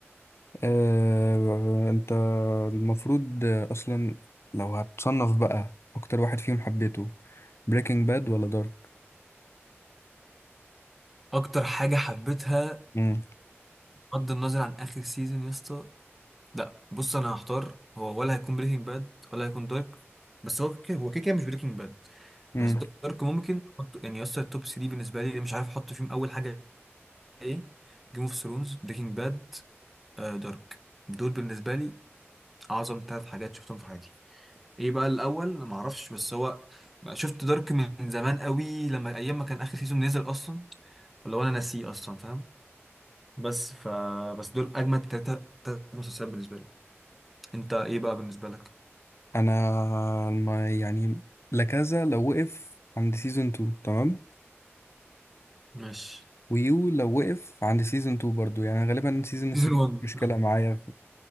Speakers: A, on the left (about 65°); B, in the centre.
A: آه، انت المفروض آه، اصلا لو هتصنف بقى اكتر واحد فيهم حبيته بريكنج باد ولا دارك
B: اكتر حاجه حبيتها
A: امم
B: بغض النظر عن اخر سيزون يا اسطى لا بص انا هختار هو ولا هيكون بريكنج باد ولا هيكون دارك بس هو كده هو كده كده مش بريكنج باد
A: امم
B: بس دارك ممكن أحط- يعني يا اسطى التوب 3 بالنسبه لي مش عارف احط فيهم اول حاجه ايه جيم اوف ثرونز بريكنج باد دارك دول بالنسبه لي اعظم ثلاث حاجات شفتهم في حياتي ايه بقى الاول ما اعرفش بس هو شفت دارك من زمان قوي لما ايام ما كان اخر سيزون نزل اصلا فلو انا ناسيه اصلا فاهم بس ف بس دول اجمد ثلاثه ثلاث مسلسلات بالنسبه لي انت ايه بقى بالنسبه لك
A: انا ما يعني لكذا لو وقف عند سيزون 2 تمام
B: ماشي
A: ويو لو وقف عند سيزون 2 برضو يعني غالبا سيزون
B: سيزون
A: 3
B: 1
A: مشكلة معايا